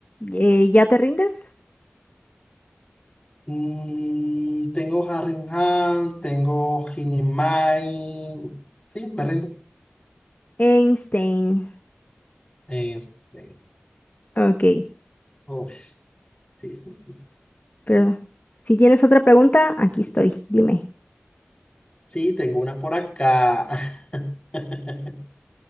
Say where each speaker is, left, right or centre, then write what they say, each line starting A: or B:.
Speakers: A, on the left; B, on the left.
A: Eh, ¿ya te rindes?
B: Mm, tengo Harry Hans, tengo Hinimai. Sí, me rindo.
A: Einstein.
B: Eh, eh,
A: Ok,
B: uy, sí, sí, sí, sí. sí.
A: pero si tienes otra pregunta, aquí estoy. Dime.
B: Sí, tengo una por acá. <laughs>